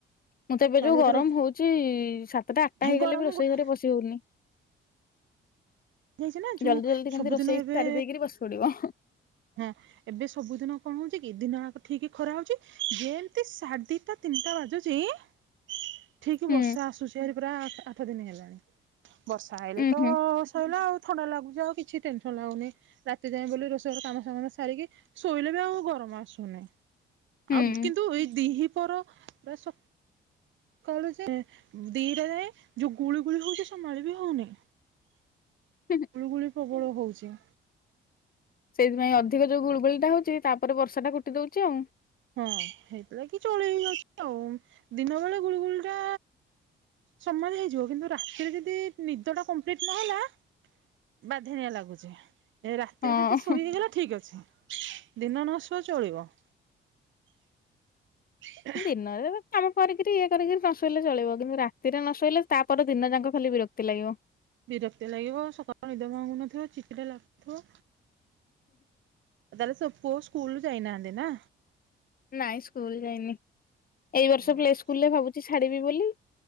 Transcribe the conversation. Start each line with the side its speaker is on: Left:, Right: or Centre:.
Left: ମତେ ଏବେ
Right: ତାହେଲେ
Left: ଯୋଉ ଗରମ
Right: ଏଥର
Left: ହଉଚି ସାତଟା ଆଠଟା ହେଇଗଲେ
Right: ଗରମ
Left: ବି ରୋଷେଇ
Right: ଗୋଟେ
Left: ଘରେ ପସିି- ହଉନି
Right: ହେଇଛି ନା ଯୋଉ
Left: ଜଲଦି ଜଲଦି
Right: ସବୁଦିନ
Left: କେମତି ରୋଷେଇ
Right: ଏବେ
Left: ସାରି ଦେଇକିରି ବସ୍ ପଡ଼ିବ।
Right: ହଁ। ଏବେ ସବୁ ଦିନ କଣ ହଉଚି କି ଦିନ ଆକ ଠିକି ଖରା ହଉଚି ଯେମିତି ସାଢେ ଦିଟା ତିନିଟା ବାଜୁଚି- ଠିକ
Left: ହୁଁ,
Right: ବର୍ଷା ଆସୁଚି ହାରି ପୁରା ଆଠ ଦିନି ହେଲାଣି। ବର୍ଷା ଆଇଲେ
Left: ଉଁ
Right: ତ ସଇଲା
Left: ହୁଁ,
Right: ବର୍ଷା ହେଲା ଆଉ ଥଣ୍ଡା ଲାଗୁଚି ଆଉ କିଛି ଟେନସନ ଲାଗୁନି ରାତି ଯାଏଁ ବୋଲି ରୋଷେ କାମ <unintelligible> ସାରିକି ଶୋଇଲେ ବି ଆଉ ଗରମ ଆସୁନି।
Left: ହୁଁ,
Right: ଆଉ
Left: ହୁଁ,
Right: କିନ୍ତୁ ଏଇ ଦିହିପର ପୁରା ସ - କାଳୁ ଯେ ଦିଇଟା ଯାଏ ଯୋଉ ଗୁଳି ଗୁଳି ହଉଚି ସମାଳି ବିି ହଉନି।
Left: ହୁଁ।
Right: ଗୁଳୁଗୁଳି ପ୍ରବଳ ହଉଚି।
Left: ସେଇଥିପାଇଁ ଅଧିକ ଯୋଉ ଗୁଳୁଗୁଳିଟା ହଉଚି ତାପରେ ବର୍ଷାଟା କୁଟି ଦଉଚି ଆଉ।
Right: ହଁ ହେଇଥି ଲାଗି ଚଳେ <inaudible> ଆଉ ଦିନ ବେଳେ ଗୁଳିୁଗୁଳି ଟା ସମାଳି ହେଇଯିବ କିନ୍ତୁ ରାତିରେ ଯଦି ନିଦ ଟା କମ୍ପ୍ଲିଟ ନହେଲା ବାଧିଣିଆ ଲା ଗୁଚି ଏ ରାତିରେ
Left: ହଁ
Right: ଯଦି ଶୋଇ ହେଇଗଲା ଠିକ୍ ଅଛି ଦିନ ନ ଶୁଅ ଚଳିବ। ଆଛା।
Left: ଦିନରେ ବା କାମ କରିକିରି ଇଏ କରିକରି ନସୋଇଲେ ଚଳିବ କିନ୍ତୁ ରାତିରେ ନସୋଇଲେ ତାପରେ ଦିନ ଯାଙ୍କ ଖାଲି ବିର କ୍ତି ଲାଗିବ।
Right: ବିରକ୍ତିଆ ଲାଗିବ ସକାଳୁ ନିଦ ଭାଙ୍ଗୁନଥିବ ଚିିକିଟା, ଲା <inaudible> ଥୁବ। ତାହେଲେ ସ ପୁଅ ସ୍କୁଲ ଯାଇନାହାଁନ୍ତିନା।
Left: ନାଇଁ ସ୍କୁଲ ଯାଇନି ଏଇ ବର୍ଷ
Right: ହୁଁ।
Left: ପ୍ଲେ ସ୍କୁଲରେ ଭାବୁଚି ଛାଡିବି ବୋଲି।